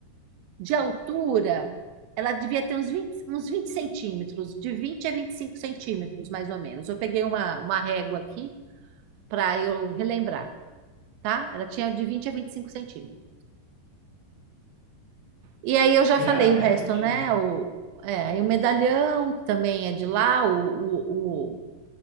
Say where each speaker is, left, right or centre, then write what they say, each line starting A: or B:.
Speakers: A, on the right; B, on the right.
A: de altura, ela devia ter uns 20, uns vinte centímetros, de 20 a 25 centímetros, mais ou menos. Eu peguei uma, uma régua aqui para eu relembrar, tá? Ela tinha de 20 a 25 centímetros. E aí eu já
B: É,
A: falei o resto,
B: é altinho.
A: né? O, é, aí o medalhão, que também é de lá, o, o, o,